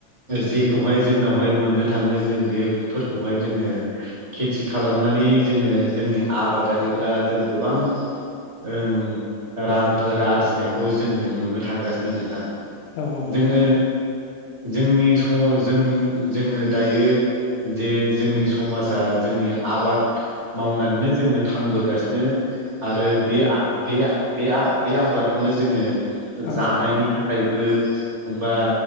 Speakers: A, on the right; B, on the left.
A: जेखौहाय जोंनावहाय मोननो थांङो जों बेफोरखौहाय जोंङो खेथि खालामनानै जोंङो जोंनि आबादारिफ्रा जों गोबां ओं रांफोर आरजिनायखौ जोंङो नुनो थांगासिनो नोंथां।
B: औ नंगौ
A: जोंङो
B: नोंथां
A: जोंनि जों जोंङो दायो जे जोंनि समाजा जोंनि आबाद मावनानैनो जोंङो थांबोगासिनो। आरो बे आ बे आ आबादखौनो जोंङो
B: औ
A: जानायनि थाखायबो बा